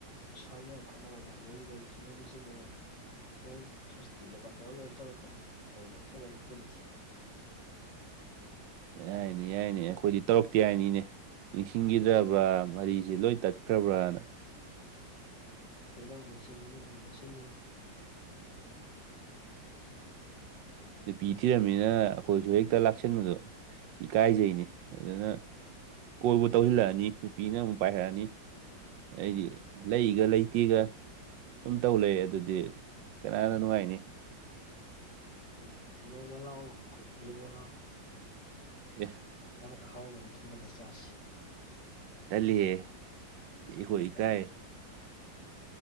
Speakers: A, on the left; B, on the right.
A: ꯁꯥꯎꯅ ꯈꯣꯠꯅꯕ ꯌꯥꯎꯅꯔꯤꯕ ꯑꯩ ꯊꯨꯅꯔꯤꯕꯁꯤꯕ ꯋꯥꯅꯤ ꯍꯌꯦꯡ ꯁꯁꯇꯤꯗꯕꯥꯗ ꯂꯣꯏ ꯇꯧꯔꯛꯀꯅꯤ ꯑꯗꯨꯅ ꯐꯖꯅ ꯄꯨꯟꯁꯤ
B: ꯌꯥꯏꯅꯦ ꯌꯥꯏꯅꯦ ꯑꯩꯈꯣꯏꯗꯤ ꯇꯧꯔꯛꯇꯦ ꯍꯥꯏꯏꯅꯤ ꯏꯅꯦ ꯅꯤꯡꯁꯤꯡꯈꯤꯗ꯭ꯔꯕ꯭ꯔꯥ ꯃꯔꯤꯁꯤ ꯂꯣꯏ ꯇꯠꯈ꯭ꯔꯕ꯭ꯔꯅ
A: ꯀꯩꯗꯧ ꯅꯤꯡꯁꯤꯡ ꯍꯒꯗꯅꯣ ꯅꯤꯡꯁꯤꯡꯉꯦ
B: ꯅꯨꯄꯤ ꯊꯤꯔꯝꯃꯤꯅ ꯑꯩꯈꯣꯏꯁꯨ ꯍꯦꯛꯇ ꯂꯥꯛꯁꯟꯕꯗꯣ ꯏꯀꯥꯏꯖꯩꯅꯤ ꯑꯗꯨꯅ
A: ꯎꯝ <unintelligible>
B: ꯀꯣꯏꯕꯨ ꯇꯧꯁꯤꯜꯂꯛꯑꯅꯤ ꯅꯨꯄꯤꯅ ꯑꯃꯨꯛ ꯄꯥꯏꯈꯔꯛꯑꯅꯤ ꯑꯩꯗꯤ ꯂꯩꯒ ꯂꯩꯇꯦꯒ ꯁꯨꯝ ꯇꯧ ꯂꯩ ꯑꯗꯨꯗꯤ ꯀꯅꯥꯅ ꯅꯨꯡꯉꯥꯏꯅꯤ
A: ꯎ ꯅꯣꯡꯃ ꯂꯥꯛꯑꯣ ꯈꯨꯠ ꯌꯦꯡꯉꯣ ꯂꯥꯎ
B: ꯌꯦ
A: ꯉꯍꯥꯛ ꯑꯍꯥꯎꯕ ꯑꯃ ꯊꯣꯡꯍꯜꯂꯒ ꯆꯥꯁꯤ
B: ꯇꯂꯤꯑꯦ ꯑꯩꯈꯣꯏ ꯏꯀꯥꯏ
A: ꯇꯜꯂꯤ